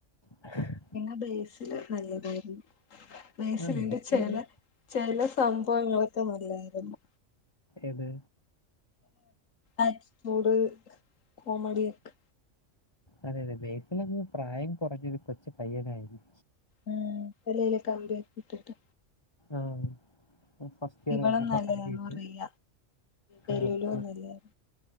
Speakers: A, on the left; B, on the left.
A: <unintelligible>
B: പിന്ന ബേസില് നല്ലതായിരുന്നു. ബേസിലിന്റെ
A: ആ ബേസിലങ്ങ്
B: ചെല ചില സംഭവങ്ങളൊക്കെ നല്ലായിരുന്നു
A: ഏത്
B: ആറ്റിറ്റ്യൂഡ് കോമഡി ഒക്കെ
A: അതെ അതെ ബേസിലങ്ങ് പ്രായം കുറഞ്ഞത് കൊച്ച പയ്യനായിരുന്നു
B: ഉം തലയില കാംമ്പിട്ടട്ട്
A: ആഹ് ഫസ്റ്റ് ഇയർ
B: ഇവളും
A: വപ്പോ
B: നല്ലതായിരുന്നു
A: കണ്ടീട്ട്
B: റിയ ഡെലുലുന്നല്ലേ
A: ആഹ് ആഹ്